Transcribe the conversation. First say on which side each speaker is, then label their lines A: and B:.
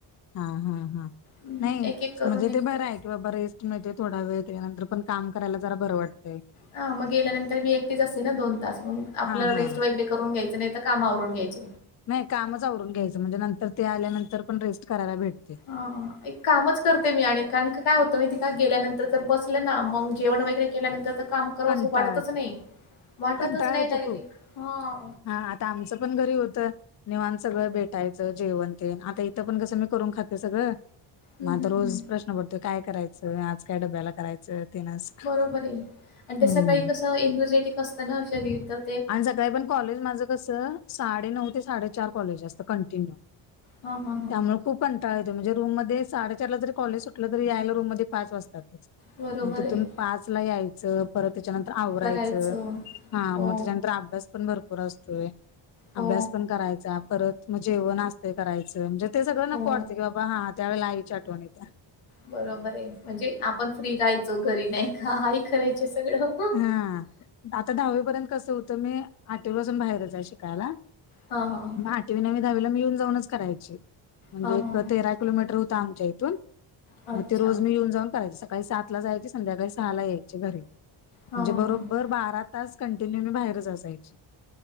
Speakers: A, on the left; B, on the left.
A: हा हा हा
B: हम्म,
A: नाही
B: एक एक करून
A: म्हणजे
B: निघतो.
A: ते बरं आहे. की बाबा रेस्ट मिळते थोडा वेळ त्यानंतरं पण काम करायला बरं वाटतं
B: ह मग गेल्यानंतर मी एकटीच असते ना दोन तास मग आपला
A: हा हा.
B: रेस्ट वगैरे करून घ्यायचं नाही तर कामा आवरून घ्यायच.
A: नाही कामच आवरून घ्यायचं म्हणजे नंतर ते आल्यानंतर पण रेस्ट करायला भेटत
B: हा एक कामच करते मी आणि कारण काय काय होतं माहितीये का गेल्यानंतर जर बसले ना मग जेवण वगैरे केल्यानंतर तर काम करावस
A: कंटाळ
B: अस वाटतच
A: येतो
B: नाही वाटतच
A: कंटाळ
B: नाही
A: येतो
B: डायरेक्ट
A: खूप
B: हा
A: हा आता आमचं पण घरी होतं निवांत सगळं भेटायचं जेवण तेन आता इथं पण कसं मी करून खाते सगळं
B: हं,
A: मग आता
B: हं,
A: रोज
B: हं.
A: प्रश्न पडतो काय करायचं आज काय डब्याला करायचं तेन असं
B: बरोबर आहे आणि ते
A: हम्म.
B: सकाळी कसं एनर्जेटिक असतं ना शरीर त्यात
A: आणि सकाळी पण कॉलेज माझं कसं साडे नऊ ते साडेचार कॉलेज असतं कंटिन्यू
B: हा हा हा..
A: त्यामुळे खूप कंटाळा येतो म्हणजे रूम मध्ये साडेचार ला जरी कॉलेज सुटलं तरी यायला रूम मध्ये पाच वाजतातच
B: बरोबर
A: मग तिथून
B: आहे.
A: पाच ला यायचं परत त्याच्यानंतर आवरायचं
B: करायचं.
A: हा
B: हो,
A: मग त्याच्यानंतर अभ्यास पण भरपूर असतोय
B: हो,
A: अभ्यास पण करायचा परत मग जेवण असते करायचं म्हणजे ते सगळं
B: हो.
A: नको वाटते की बाबा हा त्यावेळेला आईची आठवण येत्या
B: बरोबर आहे म्हणजे आपण फ्री राहायचो घरी नाही का हा आई करायचे सगळं
A: हा आता दहावीपर्यंत कसं होतं मी आठवी पासून बाहेरच आहे शिकायला
B: हां, हां, हां.
A: म नवी दहावीला मी येऊन जाऊनच करायची म्हणजे
B: हां,
A: एक
B: हां, हां.
A: तेरा किलोमीटर होत आमच्या इथून
B: अच्छा.
A: मग ते रोज मी येऊन जाऊन करायचे सकाळी सात ला जायची संध्याकाळी सहा ला यायची घरी म्हणजे
B: हां, हां,
A: बरोबर
B: हां.
A: बरोबर बारा तास कॅन्टीनू मी बाहेरच असायची